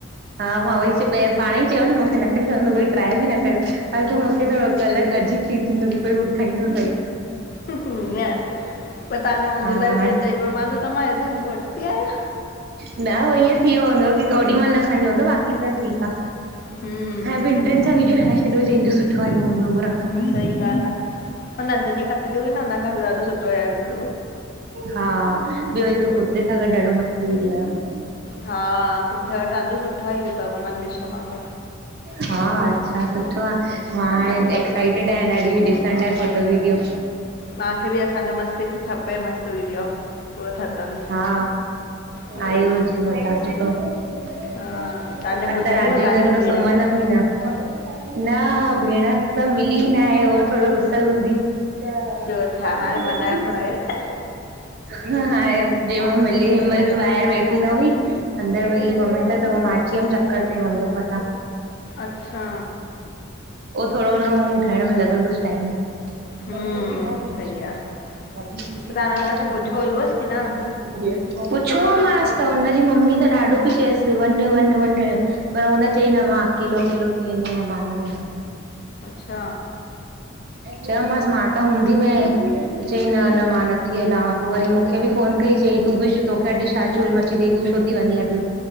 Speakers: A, on the right; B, on the left.
A: हा, मां उहोई च पाणे ई चयो न मूंखे न खणी पइंदो कोई ट्राए भी न कयो भई तू मूंखे थोडो अलॻ अजीब फील थींदो की कोई मूंखे खणी नथो
B: हीअं
A: सघे।
B: पर तव्हां न मुंहिंजे
A: हा
B: लाइ बि चयो मांस त मां हेॾी मोटी आहियां
A: न हो ईअं थी वियो हूंदव की ओॾी माहिल न खणिजो हूंदो बाक़ी त ठीक आ।
B: हम्म
A: हाणे ॿिनि टि्न सां विडियो ठाहे छॾियो जहिंजो सुठो आहियो हूंदो उहो रखंदा।
B: सही ॻाल्हि आहे नंदनी पतली हुई न हुन खां भी ॾाढो सुठो आय़ो हूंदो।
A: हा, ॿयो हिकु कुते सां गॾु ॾाढो मस्त विडियो आहियो।
B: हा, कुते तव्हांजो सुठो ई अथव मां ॾिसोमाव।
A: हा, अच्छा सुठो आ। मां हाणे
B: हा
A: एक्साइटेड आहियां ॾाढी ॾिसण लाइ फोटो वीडियो।
B: मूंखे बि असांजो मस्तु हिकु खपे मस्तु वीडियो पूरो ठतल
A: हा।
B: भई
A: आयो हूजे मथां सुठो।
B: हा
A: अॼु
B: तव्हांने ॿुधाई
A: रात
B: हुअ
A: जो
B: तव्हांजी
A: ई लॻंदो
B: भेण
A: सुमंदम
B: खे
A: ही न। हा, भेण त मिली न आहे उहो थोरो रुसल हूंदी त
B: ॿियो छा
A: कॉलेज
B: हाणे
A: में
B: मनायोसि
A: उहा बि
B: हुनखे
A: पढ़ाई न हाणे जे महिल मिली हिनमहिल बि ॿाहिरि वेठी न हुई। अंदरि वई ॿ मिंट त पोइ मा अची वयमि चकर ते मम्मी पापा सां
B: अच्छा
A: उहो थोरो हुन मुंहुं ठाहिण में लगंदुसि टाइम।
B: हम्म
A: त उहो बि लाॅ करे
B: सही
A: छडंदी,
B: आहे
A: वॾी सुठी
B: त तव्हां
A: ॻाल्हि
B: हुनखे
A: आहे ॿिननि
B: पुछियो
A: जी लाॅ
B: हुयुसि की न
A: <inaudible> थींदी। पुछो मांसि त हुनजी मम्मी त ॾाढो पई चएसि त वञ वञ वञ पर हुन चई न मा अकेलो अकेलो थी वेंदी आयां मा न वेंदमि।
B: अच्छा
A: चयो मासि मां त हूंदी मय चई न न मा नथी हला पो वरी मूंखे बि फोनु कई चई तूं बि च तोखे अॼु छा चुल म ची तू छो ती वञी अॼु